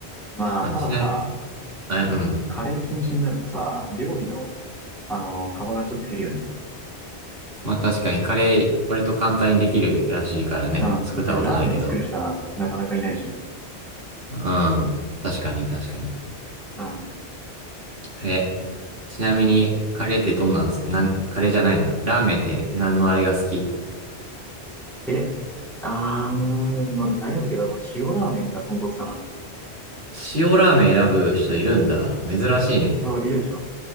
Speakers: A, in the centre; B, on the right (about 60°).
A: まあ、
B: まあ、
A: たださ、
B: ちな、え、うん。
A: カレー禁止になるとさ、料理の、あの、幅がちょっと減るよね。
B: まあ確かにカレー割と簡単にできるらしいからね。
A: うん。
B: 作ったことないけど。
A: えラーメン作る人はなかなかいないじゃん。
B: うん。確かに確かに。
A: うん。
B: え、ちなみにカレーってどんなんす、なん、カレーじゃないな。ラーメンって何のあれが好き
A: え、あー、ま、悩むけど、まあ、塩ラーメンか豚骨かな。
B: 塩ラーメン選ぶ人いるんだ。珍しいね。
A: まあ、いるでしょ。